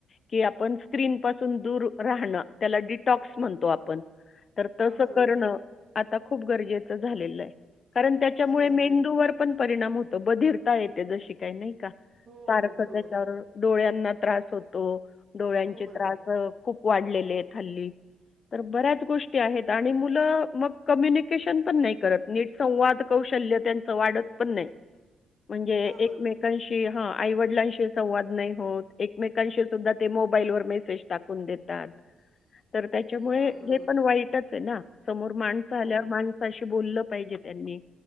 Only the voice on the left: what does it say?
कि आपण स्क्रीन पासून दूर राहणं त्याला डिटॉक्स म्हणतो आपण तर
तसं
करणं आता खूप गरजेचं झालेलं आहे कारण त्याच्यामुळे
मेंदूवर
पण परिणाम होतो बधिरता येते जशी काही नाही का
सारखं
त्याच्यावर डोळ्यांना त्रास होतो डोळ्यांचे
त्रास खूप वाढलेले आहेत हल्ली. तर बऱ्याच गोष्टी आहेत आणि मुलं मग कम्युनिकेशन पण नाही करत. नीट संवाद कौशल्य त्यांच वाढत पण नाही म्हणजे
एकमेकां
शी हा आईवडिलांशी संवाद नाही होत एकमेकांशी सुद्धा ते मोबाईल वर मेसेज टाकून देतात.
तर त्याच्यामुळे
हे पण वाईटच आहे ना समोर माणसं
आल्यावर माण साशी बोललं पाहिजे त्यांनी